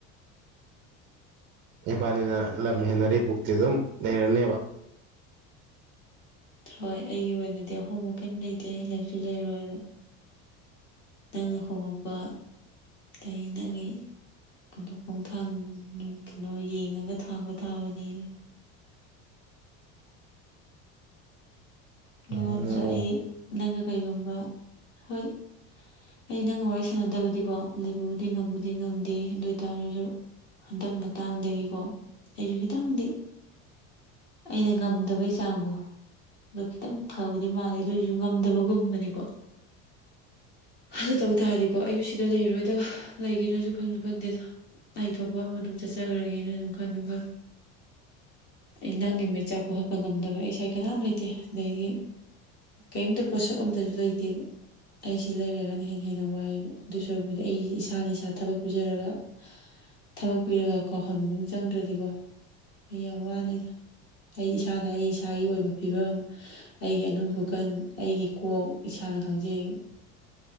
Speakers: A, on the right (about 35°); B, on the left (about 35°).
A: ꯄꯥꯅꯤꯅ ꯂꯝ ꯍꯦꯟꯅꯔꯤ ꯄꯨꯛꯇ ꯑꯗꯨꯝ ꯂꯩꯔꯅꯦꯕ
B: ꯍꯣꯏ ꯑꯩꯒꯤ ꯑꯣꯏꯅꯗꯤ ꯑꯍꯣꯡꯕ ꯀꯩꯝ ꯂꯩꯇꯦ ꯂꯔꯤꯛꯁꯨ ꯂꯩꯔꯣꯏ ꯑꯗꯣ ꯅꯪꯅ ꯍꯧꯕꯄ ꯑ ꯅꯪꯒꯤ ꯀꯩꯅꯣ ꯈꯣꯡꯊꯥꯡꯒꯤ ꯀꯩꯅꯣ ꯌꯦꯡꯉꯒ ꯊꯥꯡꯕ ꯇꯥꯕꯅꯤꯅ ꯅꯣꯡꯉꯝꯁ
A: ꯎꯝ
B: ꯑꯩ ꯅꯪꯒ ꯀꯩꯒꯨꯝꯕ ꯍꯣꯏ ꯑꯩ ꯅꯪꯒ ꯋꯥꯔꯤ ꯁꯥꯟꯅꯗꯕꯗꯤꯀꯣ ꯂꯩꯕꯕꯨꯗꯤ ꯉꯝꯕꯨꯗꯤ ꯉꯝꯗꯦ ꯑꯗꯨ ꯑꯣꯏꯇꯥꯔꯁꯨ ꯍꯟꯗꯛ ꯃꯇꯥꯡꯗꯒꯤꯀꯣ ꯑꯩꯁꯨ ꯈꯤꯇꯪꯗꯤ ꯑꯩꯅ ꯉꯝꯗꯕꯩ ꯆꯥꯡꯗꯣ ꯈꯤꯇꯪ ꯐꯕꯗꯤ ꯃꯥꯜꯂꯦ ꯑꯗꯨꯏꯁꯨ ꯉꯝꯗꯕꯒꯨꯝꯕꯅꯤꯀꯣ ꯑꯗꯨ ꯇꯧ ꯇꯥꯔꯗꯤꯀꯣ ꯑꯩꯁꯨ ꯁꯤꯗ ꯂꯩꯔꯣꯏꯗꯕ ꯂꯩꯒꯦꯅꯁꯨ ꯈꯟꯁꯨ ꯈꯟꯗꯦꯗ ꯂꯩꯊꯣꯛꯄ ꯑꯃ ꯑꯗꯨꯝ ꯆꯠꯆꯈ꯭ꯔꯒꯦꯅ ꯑꯗꯨꯝ ꯈꯜꯂꯨ ꯈ ꯑꯩ ꯅꯪꯒꯤ ꯃꯩ ꯆꯥꯛ ꯀꯣꯛꯍꯠꯄ ꯉꯝꯗꯕ ꯑꯩ ꯏꯁꯥꯏ ꯀꯅꯥꯝ ꯂꯩꯇꯦ ꯑꯗꯒꯤ ꯀꯔꯤꯝꯇ ꯄꯣꯠꯁꯛ ꯑꯝꯇꯁꯨ ꯂꯩꯇꯦꯕ ꯑꯩꯁꯤ ꯂꯩꯔꯒꯅ ꯍꯦꯟꯅ ꯍꯦꯟꯅ ꯋꯥꯏꯑꯕ ꯑꯗꯨꯏ ꯁꯔꯛꯄꯨꯗꯤ ꯑꯩꯁꯦ ꯏꯁꯥꯅ ꯏꯁꯥ ꯊꯕꯛ ꯄꯤꯖꯔꯒ ꯊꯕꯛ ꯄꯤꯔꯒ ꯀꯣ ꯆꯪꯗ꯭ꯔꯗꯤꯀꯣ ꯑꯩ ꯌꯥꯝ ꯋꯥꯅꯤꯗ ꯑꯩ ꯏꯁꯥꯅ ꯑꯩ ꯏꯁꯥꯒꯤ ꯑꯣꯏꯕ ꯐꯤꯕꯝ ꯑꯩꯒꯤ ꯑꯅꯅꯨꯡ ꯈꯨꯀꯟ ꯑꯩꯒꯤ ꯀꯣꯛ ꯏꯁꯥꯅ ꯈꯪꯖꯩꯕ